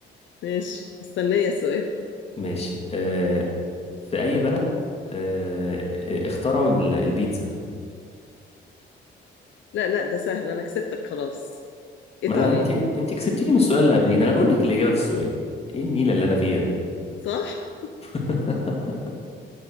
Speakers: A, on the left; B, on the left.
A: ماشي مستنية السؤال
B: ماشي اه في اي بلد اه اه، اخترعوا ال- البيتزا
A: لا لا ده سهل انا كسبتك خلاص ايطاليا
B: ما انا انت انت كسبتيني من السؤال اللي قبليه ده انا بقول لك الإجابة في السؤال ايه النيلة اللي انا فيها دي
A: صح
B: <laughs>